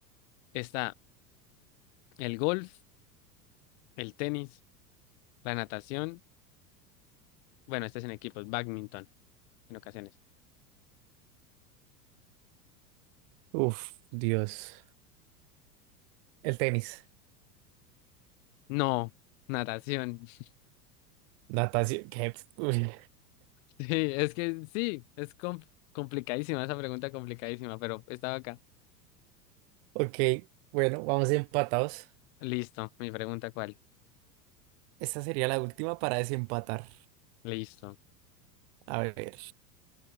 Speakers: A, on the left; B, on the right.
A: Está el golf, el tenis, la natación. Bueno, este es en equipos, badminton en ocasiones.
B: Uf, Dios. El tenis.
A: No, natación. <laughs>
B: Natación. ¿qué? Uy.
A: Sí, es que sí, es com- complicadísima esa pregunta, complicadísima, pero estaba acá.
B: Ok, bueno, vamos empatados.
A: Listo, mi pregunta, ¿cuál?
B: Esta sería la última para desempatar.
A: Listo.
B: A ver,